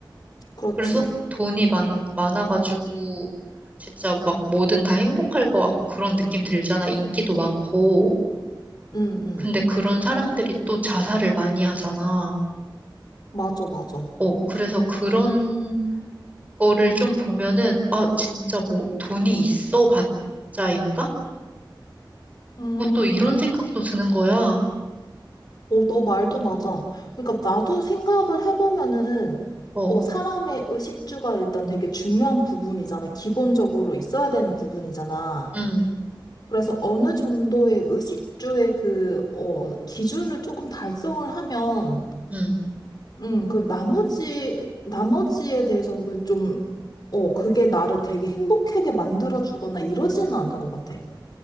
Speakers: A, on the left; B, on the right.
A: 그렇지.
B: 그래서 돈이 많, 많아가지고, 진짜 막 뭐든 다 행복할 것 같고 그런 느낌 들잖아. 인기도 많고.
A: 응, 응,
B: 근데 그런 사람들이 또 자살을 많이 하잖아.
A: 맞아, 맞아.
B: 어, 그래서 그런 거를 좀 보면은, 아, 진짜 뭐 돈이 있어 봤자인가?
A: 음.
B: 뭐 또 이런 생각도 드는 거야.
A: 어, 너 말도 맞아. 그러니까 나도 생각을 해보면은
B: 어,
A: 어, 사람의 의식주가 일단 되게 중요한 부분이잖아. 기본적으로 있어야 되는 부분이잖아.
B: 음,
A: 그래서 어느 정도의 의식주의 그, 어, 기준을 조금 달성을 하면,
B: 음.
A: 음, 그 나머지, 나머지에 대해서 그 좀, 어, 그게 나를 되게 행복하게 만들어주거나 이러지는 않는 것 같아.